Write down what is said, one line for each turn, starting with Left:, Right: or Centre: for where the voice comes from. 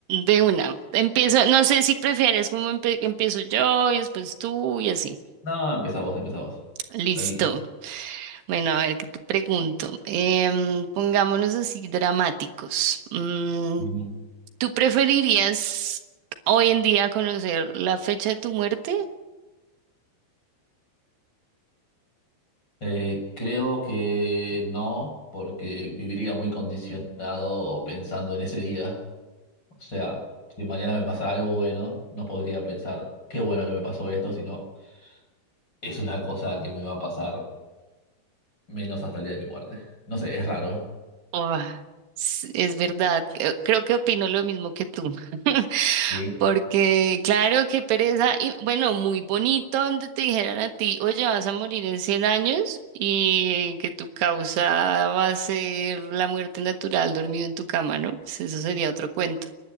Right: De una. Empiezo, no sé si prefieres como empe- que empiezo yo y después tú y así.
Left: No, empezá vos, empezá vos.
Right: Listo.
Left: Tranquila.
Right: Bueno, a ver, ¿qué te pregunto? Em, pongámonos así dramáticos. Mm,
Left: Mm.
Right: ¿Tú preferirías hoy en día conocer la fecha de tu muerte?
Left: Eh, creo que no, porque viviría muy condicionado pensando en ese día. O sea, si mañana me pasara algo bueno, no podría pensar qué bueno que me pasó esto, sino es una cosa que me va a pasar menos hasta el día de mi muerte. No sé, es raro.
Right: Oh, s- es verdad, eh, creo que opino lo mismo que tú, <laughs>
Left: Sí,
Right: porque claro, qué pereza, y bueno, muy bonito donde te dijeran a ti, oye, vas a morir en 100 años y que tu causa va a ser la muerte natural dormido en tu cama, ¿no? Pues eso sería otro cuento,